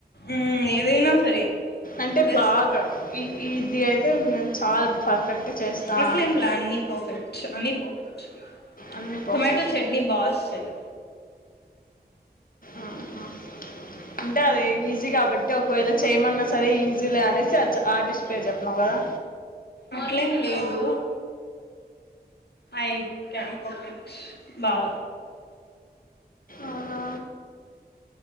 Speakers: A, on the left; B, on the left.
A: ఉ ఏదైనా సరే
B: అంటే
A: జస్ట్
B: బాగా ఈ ఇది అయితే <unintelligible> పర్ఫెక్ట్ చేస్తాను
A: అట్లేంలా అన్ని పర్ఫెక్ట్ అన్ని పర్ఫెక్ట్
B: అన్ని పర్ఫెక్ట్
A: టోమాటో చట్నీ బా వస్తది
B: ఆహ అంటే అదీ ఈజీ కాబట్టి ఒకవేళ చేయమన్న సరే ఇన్ జూలై అనేసి వచ్చా ఆర్ డిష్ పే చెప్పినావ్ కదా
A: అట్లేం లేదు ఐ కన్ కుక్ ఇట్ బాగ
B: అవునా